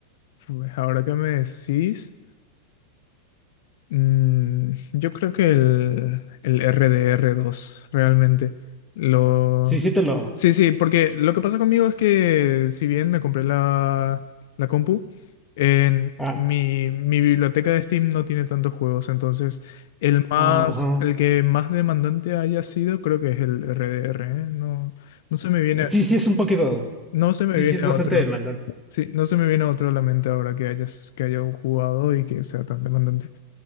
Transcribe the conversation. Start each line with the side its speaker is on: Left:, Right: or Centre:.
Left: pues ahora que me decís... Mm, yo creo que el, el rdr dos realmente. Lo...
Centre: Sí, sí te lo...
Left: Sí, sí, porque lo que pasa conmigo es que si bien me compré la, la compu, en
Centre: Ah,
Left: mi, mi biblioteca de Steam no tiene tantos juegos, entonces el más,
Centre: Ajá.
Left: el que más demandante haya sido creo que es el RDR, ¿eh? No, no se me viene,
Centre: Sí, sí, es un poquito.
Left: no se me
Centre: Sí,
Left: viene
Centre: sí, es bastante
Left: otro.
Centre: demandante.
Left: Sí, no se me viene otro a la mente ahora que hayas, que haya jugado y que sea tan demandante.